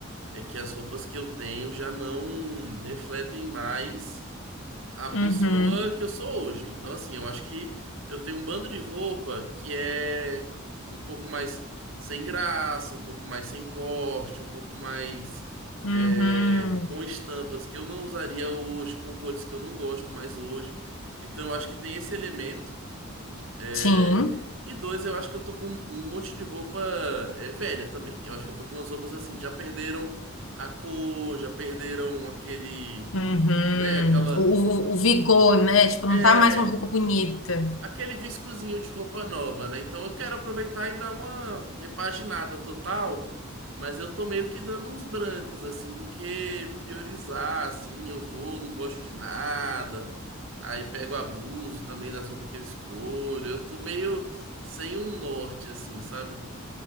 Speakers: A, on the right (about 65°); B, on the left (about 70°).
A: é que as roupas que eu tenho já não refletem mais a pessoa
B: Uhum.
A: que eu sou hoje. Então, assim, eu acho que eu tenho um bando de roupa que é um pouco mais sem graça, um pouco mais sem corte, um pouco mais
B: Uhum.
A: é, com estampas que eu não usaria hoje, com cores que eu não gosto mais hoje. Então, eu acho que tem esse elemento. é,
B: Sim.
A: E dois, eu acho que eu tô com um monte de roupa é, velha também. Eu acho que eu tô com umas roupas assim, já perderam a cor, já perderam aquele,
B: Uhum.
A: né, aquela.
B: O, o, o vigor, né? Tipo, não
A: É,
B: tá mais uma roupa bonita.
A: aquele viscozinho de roupa nova, né? Então eu quero aproveitar e dar uma repaginada total, mas eu tô meio que dando uns brancos, assim, do que priorizar, assim, eu vou, não gosto de nada, aí pego abuso também das roupas que eu escolho, eu tô meio sem um norte, assim, sabe?